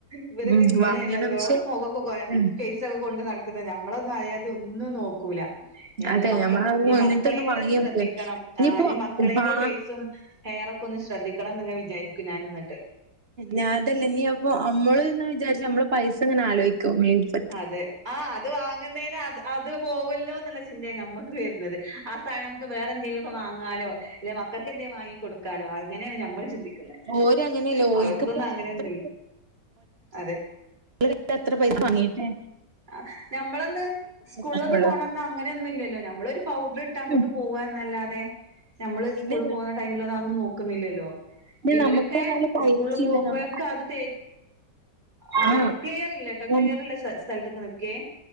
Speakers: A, on the right; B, on the right.
A: ഇവരൊക്കെ
B: ഉം
A: ഇങ്ങനെണല്ലോ
B: വാങ്ങണം പക്ഷെ
A: മൊഖൊക്കെ ഫൈ <unintelligible>
B: ഉം
A: കൊണ്ട് നടക്ക്ന്ന്നമ്മളൊന്നും അയാതി ഒന്നും നോക്കൂല ഞാ
B: അതെ
A: പിന്ന മക്ക
B: നമ്മളതൊന്നും
A: ഞ്ഞ്
B: അങ്ങനത്തൊന്നും
A: മക്കളെങ്കിലും
B: വാങ്ങി
A: ഒന്ന് ശ്രദ്ധിക്കണം
B: വെക്ക്. ഇനിയിപ്പോ
A: ആഹ് ഇനി മ മക്കളെങ്കിലും
B: വാ
A: ഫൈസും ഹെയറൊക്കെ ഒന്ന് ശ്രദ്ധിക്കണന്ന് ഇങ്ങനെ വിചാരിക്കും ഞാൻ ഇന്ന്ട്ട്
B: ഞാ അതല്ല ഞ്പ്പൊ നമ്മള് ന്നാവിചാരിച്ചാനമ്മള് പൈസ ഇങ്ങനെ ആലോയിക്കും മീൻസ്
A: അതെ ആഹ് അത് വാങ്ങ്ന്നേണ് അത് അത് പോവല്ലോ ന്ന്ള്ള ചിന്തയാ ഞമ്മക്ക് വര്ന്നത് ആ സാനം മ്മക്ക് വേറ എന്തെങ്കിലൊക്കേ വാങ്ങാലോ അല്ലെ മക്കക്ക് എന്തേം വാങ്ങി കൊടുക്കാലോ അങ്ങനെണ് ഞാ മ്മള് ചിന്തിക്ക്ന്നേ
B: ഓര് അങ്ങനെയല്ല ഓൽക്കിപ്പം
A: അവർക്കൊന്നും അങ്ങനെയൊന്നുല്ല
B: ഇത്ര
A: അതെ
B: ഇങ്ങള് എത്ര പൈസ വാങ്ങി ട്ടേ
A: ആ ഞമ്മളന്ന് സ്കൂളൊന്നും
B: വാങ്ങുള്ളൂ
A: പോണ അന്ന് അങ്ങനെയൊന്നും ഇല്ലല്ലോ ഞമ്മളൊരു പൗഡർ ഇട്ട അങ്ങോട്ട്
B: ഉം
A: പോവന്നല്ലാതെ ഞമ്മള് സ്കൂള്
B: പിന്നെ
A: പോവുന്ന ടൈമിലൊന്നും അതൊന്നും നോക്കുന്നില്ലല്ലോ
B: പിന്നെ
A: ഇവരൊക്കെ
B: നമുക്ക് പറഞ്ഞാല് പൈസയില്ല
A: സ്കൂള് പോകുമ്പോഴൊക്കെ
B: നമുക്ക്
A: അത് തേ അതെ
B: ആഹ്
A: ക്ലിയർ ഇല്ലട്ടോ ക്ലിയർള്ള
B: ഉം
A: സ സ്ഥലത്ത്ക്ക് നിക്കേ